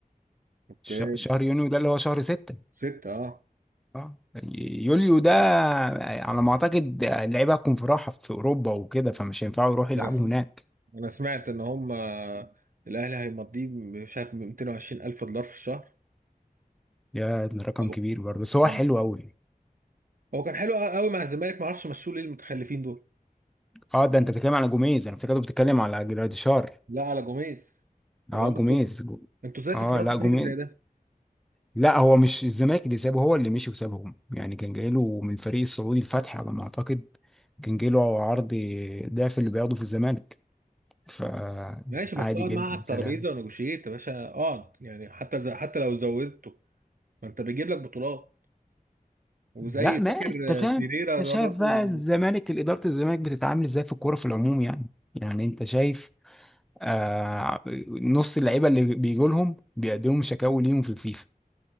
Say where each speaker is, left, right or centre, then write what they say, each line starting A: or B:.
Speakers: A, on the right (about 65°); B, in the centre.
A: اوكي
B: ش... شهر يونيو ده اللي هو شهر 6
A: 6 اه
B: اه يوليو ده على ما اعتقد اللعيبه هتكون في راحه في اوروبا وكده فمش هينفعوا يروحوا
A: ده
B: يلعبوا
A: انا سم-
B: هناك
A: انا سمعت ان هم آه، الاهلي هيمضيه مش عارف 220 الف دولار في الشهر
B: يا ده رقم
A: او
B: كبير برضه بس هو
A: أو-
B: حلو قوي
A: هو كان حلو قوي مع الزمالك ما اعرفش مشوه ليه المتخلفين دول
B: اه ده انت بتتكلم على جوميز انا افتكرت بتتكلم على جراديشار
A: لا على جوميز اللي
B: اه
A: هو
B: جوميز
A: انتوا انتوا ازاي
B: اه
A: تفرطوا
B: لا جوميز
A: في راجل زي ده
B: لا هو مش الزمالك اللي سابه هو اللي مشي وسابهم يعني كان جايله من الفريق السعودي الفتح على ما اعتقد كان جايله عرض ضعف اللي بياخده في الزمالك فعادي
A: ماشي بس اقعد
B: جدا
A: معاه على الترابيزه
B: سلام
A: ونجوشيت يا باشا اقعد يعني حتى ز... حتى لو زودته ما انت بيجيب لك بطولات وزي
B: لا ما
A: فاكر
B: انت فاهم
A: آه، فيريرا
B: انت
A: ده
B: شايف
A: برضو
B: بقى
A: لما
B: الزمالك اداره الزمالك بتتعامل ازاي في الكوره في العموم يعني يعني انت شايف آه نص اللعيبه اللي بيجوا لهم بيقدموا شكاوي ليهم في الفيفا